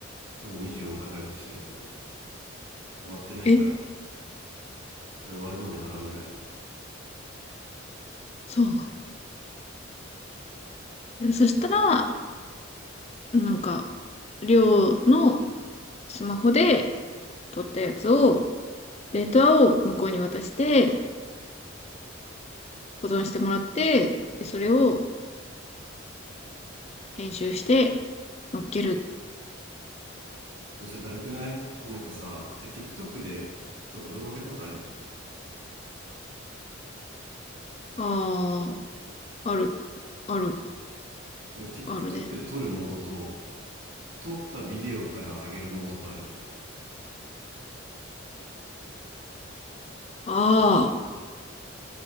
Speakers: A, on the right (about 65°); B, on the left (about 30°).
A: 多分24回払いとかしてるけど、終わってないから、
B: え、
A: それ終わるまで払うんじゃない
B: そうなの。でそしたら、なんか、りょうのスマホで撮ったやつを、データを向こうに渡して、保存してもらって、で、それを編集して乗っける。
A: のそれだるくないなんかさ、え、TikTok で、そうか動画上げたことあるよね。
B: ああ、ある、ある、
A: なんか TikTok
B: あるね。
A: で撮るモードと、撮ったビデオから上げるモードとあるじゃ
B: ああ、